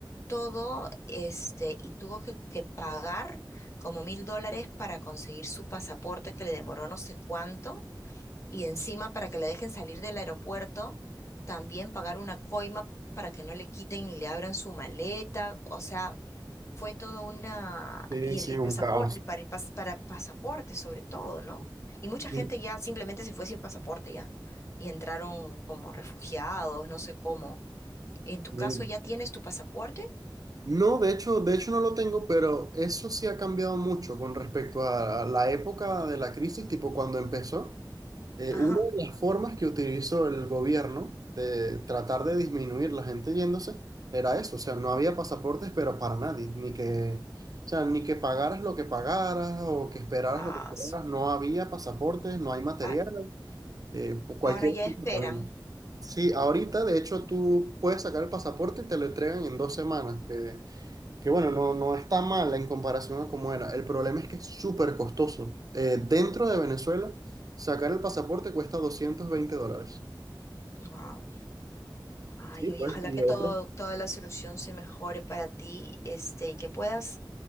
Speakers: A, on the left; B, on the right.
A: todo, este, y tuvo que, que pagar como mil dólares para conseguir su pasaporte que le demoró no sé cuánto y encima para que la dejen salir del aeropuerto, también pagar una coima para que no le quiten ni le abran su maleta, o sea, fue todo una...
B: Sí,
A: y
B: sí,
A: el,
B: un
A: pasaporte,
B: caos.
A: para, el pas- para pasaporte sobre todo, ¿no? Y mucha
B: Sí,
A: gente ya simplemente se fue sin pasaporte ya, y entraron como refugiados, no sé cómo. En tu
B: bien.
A: caso ya tienes tu pasaporte,
B: No, de hecho, de hecho no lo tengo, pero eso sí ha cambiado mucho con respecto a la época de la crisis, tipo cuando empezó. Eh,
A: ajá,
B: una de las formas que utilizó el gobierno de tratar de disminuir la gente yéndose era eso, o sea, no había pasaportes, pero para nadie, ni que, o sea, ni que pagaras lo que pagaras o que esperaras
A: ah,
B: lo que esperaras,
A: su-
B: no había pasaportes, no hay material,
A: a-
B: eh, cualquier
A: ahora ya
B: cosa
A: esperan.
B: que ponían. Sí, ahorita de hecho tú puedes sacar el pasaporte y te lo entregan en dos semanas, que que bueno, no, no está mal en comparación a cómo era. El problema es que es súper costoso. Eh, dentro de Venezuela, sacar el pasaporte cuesta 220 dólares.
A: Wow. Ay,
B: Sí,
A: oye,
B: pues,
A: ojalá
B: y
A: que
B: otro.
A: todo, toda la solución se mejore para ti, este, y que puedas